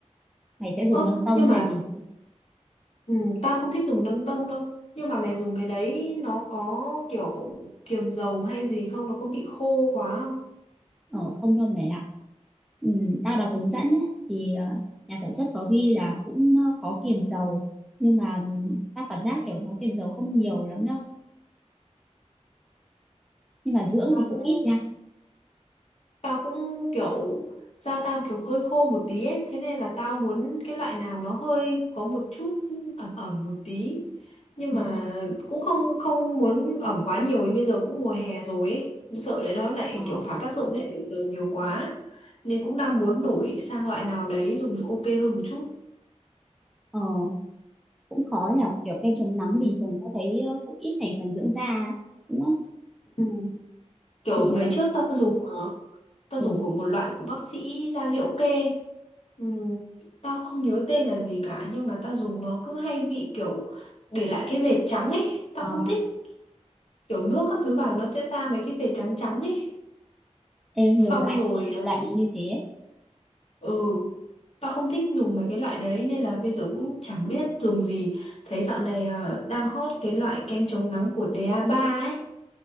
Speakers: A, in the centre; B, on the left.
A: Mày sẽ dùng
B: Ơ
A: nâng tông
B: nhưng mà
A: hay là bình thường?
B: ừ, tao không thích dùng nâng tông đâu Nhưng mà mày dùng cái đấy nó có kiểu kiềm dầu hay gì không? Nó có bị khô quá không?
A: Ờ, không đâu mẹ ạ. Ừ, tao đọc hướng dẫn ấy, thì ờ, nhà sản xuất có ghi là cũng ờ, có kiềm dầu nhưng mà ừm, tao cảm giác kiểu nó kiềm dầu không nhiều lắm đâu nhưng mà dưỡng
B: Tao
A: thì cũng
B: cũng
A: ít nha
B: Tao cũng kiểu da tao kiểu hơi khô một tí ấy, thế nên là tao muốn cái loại nào nó hơi có một chút ẩm ẩm một tí. Nhưng
A: ờ,
B: mà cũng không không muốn ẩm quá nhiều vì bây giờ cũng mùa hè rồi ấy, cũng sợ đấy nó lại
A: ờ,
B: kiểu phản tác dụng lại đổi giờ nhiều quá. Nên cũng đang muốn đổi sang loại nào đấy dùng ok hơn một chút.
A: ờ, cũng khó nhở kiểu kem chống nắng bình thường tao thấy ờ, cũng ít thành phần dưỡng da ấy, đúng không
B: Ừ. Kiểu
A: chủ yếu
B: ngày trước tao dùng ờ, tao
A: ừ
B: dùng của một loại của bác sĩ da liễu kê Ừm, tao không nhớ tên là gì cả nhưng mà tao dùng nó cứ hay bị kiểu để lại cái vệt trắng ấy tao
A: ờ,
B: không thích kiểu nước các thứ vào nó sẽ ra mấy cái vệt trắng trắng ấy
A: ê,
B: xong
A: nhiều loại
B: rồi
A: nhiều
B: à,
A: loại bị như thế ấy.
B: ừ tao không thích dùng mấy cái loại đấy nên là bây giờ cũng chẳng biết dùng gì thấy dạo này à, đang hot cái loại kem chống nắng của da ba ấy